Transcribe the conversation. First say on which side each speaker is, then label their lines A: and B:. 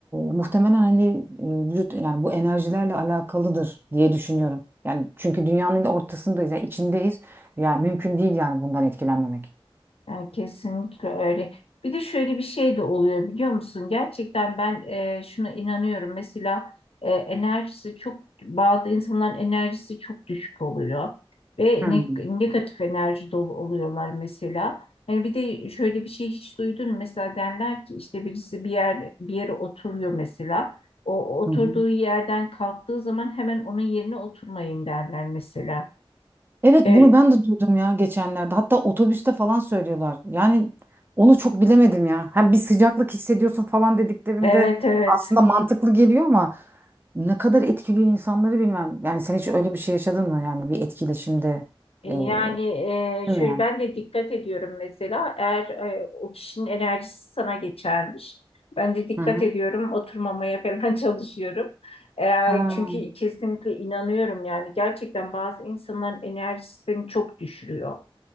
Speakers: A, on the right (about 20°); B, on the left (about 80°).
A: muhtemelen hani e, vücut yani bu enerjilerle alakalıdır diye düşünüyorum. Yani çünkü dünyanın ortasındayız, yani içindeyiz. Yani mümkün değil yani bundan etkilenmemek.
B: Yani kesinlikle öyle. Bir de şöyle bir şey de oluyor biliyor musun? Gerçekten ben e, şuna inanıyorum. Mesela e, enerjisi çok bazı insanların enerjisi çok düşük oluyor ve
A: Hmm.
B: ne- negatif enerji dolu oluyorlar mesela. Hani bir de şöyle bir şey hiç duydun mu? Mesela derler ki işte birisi bir yer bir yere oturuyor mesela. O oturduğu
A: Hı hı.
B: yerden kalktığı zaman hemen onun yerine oturmayın derler mesela.
A: Evet
B: E,
A: bunu ben de duydum ya geçenlerde. Hatta otobüste falan söylüyorlar. Yani onu çok bilemedim ya. Hem bir sıcaklık hissediyorsun falan dediklerinde
B: Evet evet
A: aslında mantıklı geliyor ama ne kadar etkiliyor insanları bilmem. Yani sen hiç öyle bir şey yaşadın mı? Yani bir etkileşimde
B: Yani
A: e, değil
B: e,
A: mi? yani?
B: şöyle ben de dikkat ediyorum mesela eğer e, o kişinin enerjisi sana geçermiş. Ben de dikkat
A: Hı.
B: ediyorum oturmamaya falan <laughs> çalışıyorum. E,
A: Ha.
B: çünkü kesinlikle inanıyorum yani gerçekten bazı insanların enerjisini çok düşürüyor.